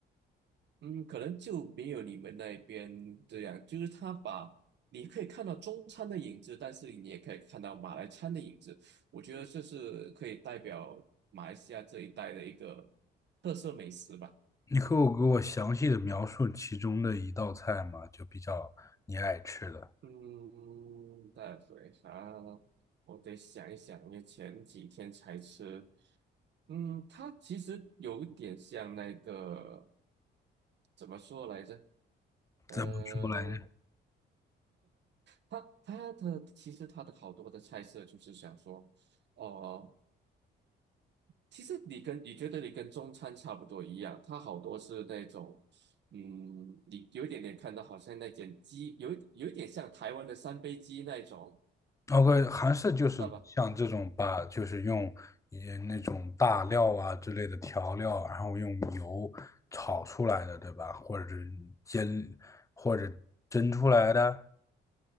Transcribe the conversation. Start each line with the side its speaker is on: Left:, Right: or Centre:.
Right: 嗯，可能就没有你们那边这样，就是他把你可以看到中餐的影子，但是你也可以看到马来餐的影子。我觉得这是可以代表马来西亚这一带的一个特色美食吧。
Left: 你可以给我详细的描述其中的一道菜吗？就比较你爱吃的，
Right: 嗯，代表啥？我得想一想，因为前几天才吃。嗯，它其实有一点像那个怎么说来着？呃。
Left: 怎么说来着？
Right: 它它的其实它的好多的菜色就是想说，哦、其实你跟你觉得你跟中餐差不多一样，它好多是那种，嗯，你有一点点看到好像那点鸡，有一有一点像台湾的三杯鸡那一种，
Left: OK，还是就是像这种把，
Right: 知道吧？
Left: 就是用也那种大料啊之类的调料，然后用油炒出来的，对吧？或者是煎，或者蒸出来的，